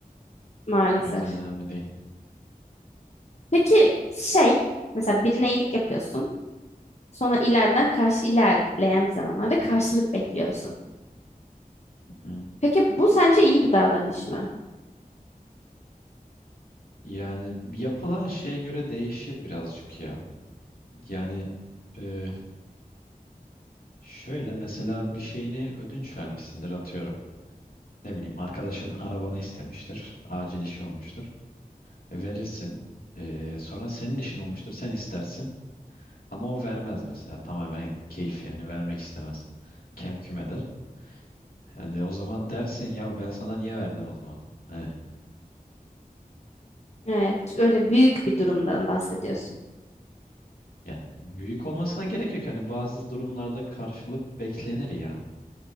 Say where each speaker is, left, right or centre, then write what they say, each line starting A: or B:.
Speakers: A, on the left (about 45°); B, on the left (about 75°).
A: maalesef.
B: O yüzden önemli değil.
A: Peki şey mesela birine iyilik yapıyorsun. Sonra ileriden karşı ilerleyen bir zamanlarda karşılık bekliyorsun.
B: Hı.
A: Peki bu sence iyi bir davranış mı?
B: Yani yapılan şeye göre değişir birazcık ya. Yani e, şöyle mesela bir şeyini ödünç vermişsindir atıyorum. Ne bileyim arkadaşın arabanı istemiştir. Acil işi olmuştur. E, verirsin. E, sonra senin işin olmuştur. Sen istersin. Ama o vermez mesela. Tamamen keyif yani vermek istemez. Kem küm eder. Yani o zaman dersin ya ben sana niye verdim o zaman? Hani
A: Evet, öyle büyük bir durumdan bahsediyorsun.
B: yani büyük olmasına gerek yok. Hani bazı durumlarda karşılık beklenir ya.